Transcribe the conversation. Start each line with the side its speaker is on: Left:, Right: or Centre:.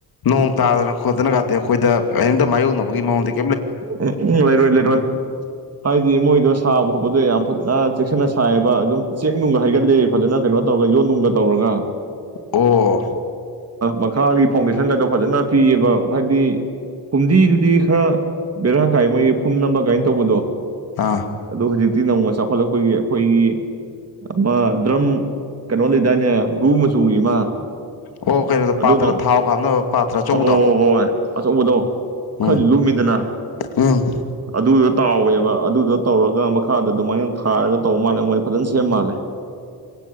Left: ꯅꯣꯡ ꯇꯥꯗꯅ ꯈꯣꯠꯇꯅꯒꯇꯤ ꯑꯩꯈꯣꯏꯗ ꯀꯔꯤꯝꯇ ꯃꯥꯥꯏꯌꯣꯛꯅꯕꯒꯤ ꯃꯑꯣꯡꯗꯒꯤ
Right: ꯎꯝ ꯎꯝ ꯂꯩꯔꯣꯏ ꯂꯩꯔꯣꯏ ꯍꯥꯏꯗꯤ ꯃꯣꯏꯗꯣ ꯁꯥꯕ ꯈꯣ ꯑꯗꯨꯗ ꯌꯥꯝ ꯐꯖꯅ ꯆꯦꯛꯁꯤꯟꯅ ꯁꯥꯏꯑꯕ ꯑꯗꯨꯝ ꯆꯦꯡ ꯅꯨꯡꯒ ꯍꯩꯒꯠꯂꯤ ꯐꯖꯅ ꯀꯩꯅꯣ ꯇꯧꯔꯒ ꯌꯣꯟ ꯅꯨꯡꯒ ꯇꯧꯔꯒ
Left: ꯑꯣ
Right: ꯃꯈꯥꯒꯤ ꯐꯥꯎꯟꯗꯦꯁꯟꯒꯗꯣ ꯐꯖꯅ ꯄꯤꯑꯕ ꯍꯥꯏꯕꯗꯤ ꯐꯨꯝꯗꯤꯗꯨꯗꯤ ꯈꯔ ꯕꯦꯔꯥ ꯀꯥꯏ ꯃꯣꯏꯒꯤ ꯐꯨꯝ ꯅꯝꯕ ꯀꯥꯏꯅ ꯇꯧꯕꯗꯣ
Left: ꯑꯥ
Right: ꯑꯗꯣ ꯍꯧꯖꯤ ꯇꯤ ꯅꯧꯅ ꯆꯥꯎꯈꯠꯂꯛꯄꯒꯤ ꯑꯩꯈꯣꯏꯒꯤ ꯑꯃ ꯗ꯭ꯔꯝ ꯀꯩꯅꯣ ꯂꯩꯗꯥꯏꯅꯦ ꯒ꯭ꯔꯨ ꯃꯆꯨꯒꯤ ꯑꯃ
Left: ꯑꯣ ꯀꯩꯅꯣꯗꯣ ꯄꯥꯇ꯭ꯔ
Right: ꯑꯗꯨꯗꯣ
Left: ꯊꯥꯎ ꯀꯥꯞꯅꯕ ꯄꯥꯇ꯭ꯔ ꯑꯆꯧꯕꯗꯣ
Right: ꯑ ꯍꯣ ꯍꯣꯏ ꯍꯣꯏ ꯍꯣꯏ ꯑꯆꯧꯕꯗꯣ
Left: ꯎꯝ
Right: ꯈꯔꯗꯤ ꯂꯨꯝꯃꯤꯗꯅ
Left: ꯎꯝ
Right: ꯑꯗꯨꯗꯣ ꯇꯥꯎꯋꯦꯕ ꯑꯗꯨꯗꯣ ꯇꯧꯔꯒ ꯃꯈꯥꯗ ꯑꯗꯨꯃꯥꯏꯅ ꯊꯥꯔꯒ ꯇꯧꯕ ꯃꯥꯜꯂꯦ ꯃꯣꯏꯗ ꯐꯖꯅ ꯁꯦꯝ ꯃꯥꯜꯂꯦ